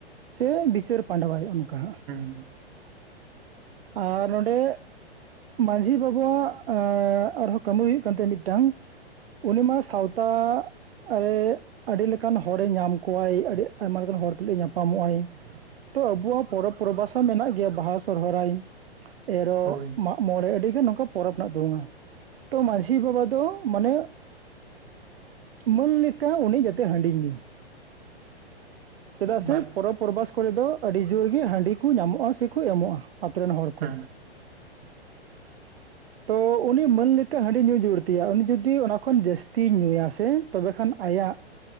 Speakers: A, on the right (about 65°); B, on the right (about 35°).
A: ᱥᱮ ᱵᱤᱪᱟᱹᱨ ᱯᱟᱸᱰᱟᱣᱟᱭ ᱚᱱᱠᱟ
B: <inaudible>
A: ᱟᱨ ᱱᱚᱸᱰᱮ ᱢᱟᱺᱡᱷᱤ ᱵᱟᱵᱟᱣᱟᱜ ᱟᱨᱦᱚᱸ ᱠᱟᱹᱢᱤ ᱦᱩᱭᱩᱜ ᱠᱟᱱ ᱛᱟᱭᱫ ᱢᱤᱫᱴᱟᱝ ᱩᱱᱤ ᱢᱟ ᱥᱟᱶᱛᱟ ᱨᱮ ᱟᱹᱰᱤ ᱞᱮᱠᱟᱱ ᱦᱚᱲᱮ ᱧᱟᱢ ᱠᱚᱣᱟᱭ ᱟᱹᱰᱤ ᱟᱭᱢᱟ ᱞᱮᱠᱟᱱ ᱦᱚᱲ ᱛᱩᱞᱩᱡ ᱮ ᱧᱟᱯᱟᱢᱚᱜ ᱟᱭ ᱛᱚ ᱟᱵᱚᱣᱟᱜ ᱯᱚᱨᱚᱵᱽ ᱯᱚᱨᱵᱷᱟᱥ ᱦᱚᱸ ᱢᱮᱱᱟᱜ ᱜᱮᱭᱟ ᱵᱟᱦᱟ ᱥᱚᱨᱚᱨᱟᱭ ᱮᱨᱚᱜ
B: ᱦᱳᱭ,
A: ᱢᱟᱜ ᱢᱚᱬᱮ ᱟᱹᱰᱤᱜᱟᱱ ᱱᱚᱝᱠᱟ ᱯᱚᱨᱚᱵᱽ ᱢᱮᱱᱟᱜ ᱛᱟᱵᱩᱱᱼᱟ ᱛᱚ ᱢᱟᱺᱡᱷᱤ ᱵᱟᱵᱟ ᱫᱚ ᱢᱟᱱᱮ ᱢᱟᱹᱱ ᱞᱮᱠᱟ ᱩᱱᱤ ᱡᱟᱛᱮ ᱦᱟᱺᱰᱤ ᱧᱩᱭ ᱪᱮᱫᱟᱜ ᱥᱮ
B: ᱵᱟᱞ
A: ᱯᱚᱨᱚᱵᱽ ᱯᱚᱨᱚᱵᱟᱥ ᱠᱚᱨᱮ ᱫᱚ ᱟᱹᱰᱤ ᱡᱳᱨ ᱜᱮ ᱦᱟᱺᱰᱤ ᱠᱚ ᱧᱟᱢᱚᱜᱼᱟ ᱥᱮᱠᱚ ᱮᱢᱚᱜᱼᱟ ᱟᱛᱳ ᱨᱮᱱ ᱦᱚᱲ ᱠᱳ
B: ᱦᱮᱸ,
A: <inaudible> ᱛᱚ ᱩᱱᱤ ᱢᱟᱹᱱ ᱞᱮᱠᱟ ᱦᱟᱺᱰᱤ ᱧᱩ ᱡᱩᱲᱛᱤᱭᱟ ᱩᱱᱤ ᱡᱩᱫᱤ ᱚᱱᱟ ᱠᱷᱚᱱ ᱡᱟᱹᱥᱛᱤ ᱧᱩᱭᱟ ᱥᱮ ᱛᱚᱵᱮ ᱠᱷᱟᱱ ᱟᱭᱟᱜ